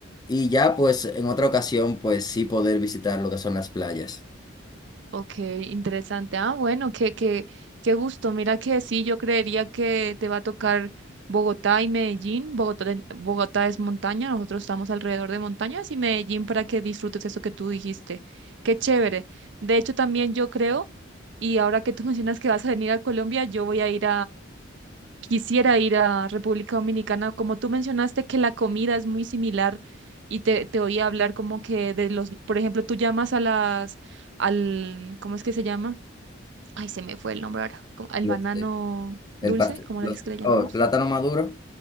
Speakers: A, on the left; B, on the right.
A: y ya pues en otra ocasión pues sí poder visitar lo que son las playas.
B: Ok, interesante. Ah, bueno, qué, qué, qué gusto. Mira que sí, yo creería que te va a tocar Bogotá y Medellín. Bogotá, de- Bogotá es montaña, nosotros estamos alrededor de montañas y Medellín para que disfrutes eso que tú dijiste. Qué chévere. De hecho, también yo creo, y ahora que tú <laughs> mencionas que vas a venir a Colombia, yo voy a ir quisiera ir a República Dominicana, como tú mencionaste que la comida es muy similar y te, te oí hablar como que de los, por ejemplo, tú llamas a las, al, ¿cómo es que se llama? Ay, se me fue el nombre ahora, como- al
A: Los-
B: banano
A: El
B: dulce,
A: pastel,
B: ¿cómo
A: los,
B: es que le llamamos?
A: oh, el plátano maduro,